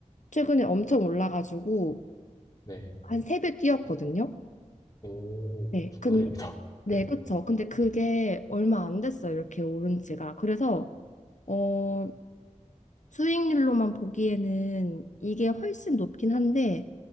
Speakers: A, on the left (about 70°); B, on the left (about 30°).
A: 최근에 엄청 올라가지고
B: 네.
A: 한 세 배 뛰었거든요.
B: 오,
A: 네,
B: 축하드립니다.
A: 근 네,
B: 네.
A: 그쵸. 근데 그게 얼마 안 됐어요. 이렇게 오른 지가. 그래서 어, 수익률로만 보기에는 이게 훨씬 높긴 한데